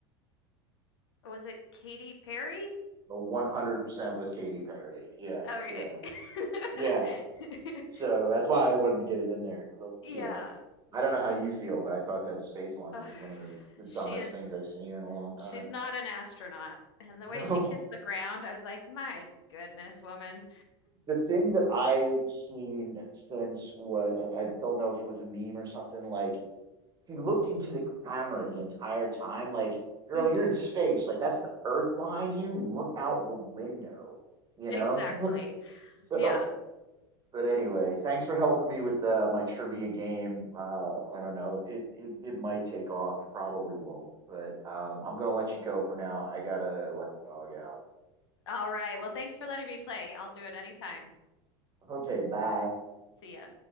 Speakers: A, on the left; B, on the right.
A: Was it Katy Perry?
B: but 100% was Katy Perry. Yeah,
A: Okay.
B: yeah,
A: <laughs>
B: yeah. So that's why I wanted to get it in there.
A: Yeah.
B: You know, I don't know how you feel, but I thought that space launch
A: Ugh.
B: was one of the, the
A: She
B: dumbest
A: is
B: things I've seen in a long time.
A: she's not an astronaut. And
B: <laughs>
A: the
B: No.
A: way she kissed the ground, I was like, "My goodness, woman."
B: The thing that I've seen since was, I, I don't know if it was a meme or something, like if you look into the camera the entire time, like,
A: <laughs>
B: girl,
A: hmm
B: you're in space. Like, that's the Earth behind you. Look out the window, you
A: Exactly.
B: know? <laughs> So.
A: Yeah.
B: But anyway, thanks for helping me with uh, my trivia game. Uh, I don't know. It, it it might take off. It probably won't. But um, I'm gonna let you go for now. I gotta let the dog out.
A: All right. Well, thanks for letting me play. I'll do it anytime.
B: Okay, bye.
A: See ya.